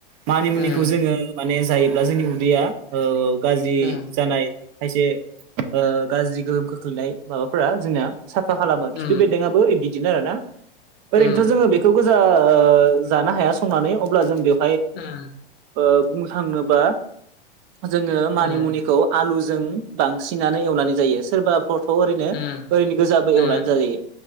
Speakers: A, on the right; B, on the left.
A: मानिमुनिखौ
B: उम
A: जोङो माने जायोब्ला जोंनि उदैया ओ गाज्रि
B: उम
A: जानाय खायसे ओ गाज्रि गोहोम खोख्लैनाय माबा फोरा जोंना साफा खालामो
B: उम
A: खिफि बेदोंआबो <unintelligible> बिदिनो आरोना ओरैनोथ'
B: उम
A: जोङो बेखौ जा जानो हाया संनानै अब्ला जों बे
B: उम
A: ओ बुंनो थांनोबा जोङो मानिमुनिखौ
B: उम
A: आलु जों बांसिनानो एवनानै जायो सोरबाफोरथ' ओरैनो
B: उम
A: ओरैनो गोजाबो
B: उम
A: एवनानै जायो